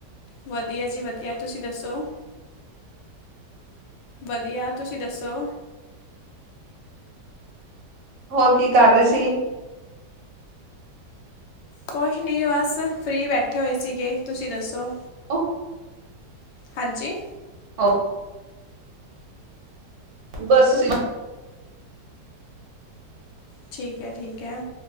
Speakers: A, on the left (about 90°); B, on the right (about 60°).
A: ਵਧੀਆ ਜੀ, ਵਧੀਆ। ਤੁਸੀਂ ਦੱਸੋ? ਵਧੀਆ, ਤੁਸੀਂ ਦੱਸੋ?
B: ਹੋਰ, ਕੀ ਕਰ ਰਹੇ ਸੀ?
A: ਕੁਛ ਨਹੀਂ, ਬਸ ਫ੍ਰਰੀ ਬੈਠੇ ਹੋਏ ਸੀਗੇ। ਤੁਸੀਂ ਦੱਸੋ?
B: ਓ ਹ
A: ਹਾਂਜੀ।
B: ਹਾਂ। ਬਸ ਤੁਸੀਂ।
A: ਠੀਕ ਹੈ-ਠੀਕ ਹੈ।